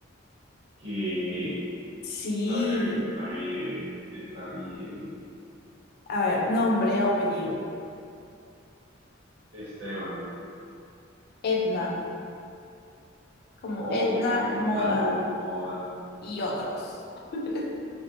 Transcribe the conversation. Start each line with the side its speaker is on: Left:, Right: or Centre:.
Right: ¿Qué?
Left: sí.
Right: A ver, está bien, está bien.
Left: A ver, nombre, o apellido.
Right: Esteban.
Left: Etna, como
Right: Oh,
Left: Etna
Right: como Etna
Left: Moda
Right: Moda.
Left: y otros. <laughs>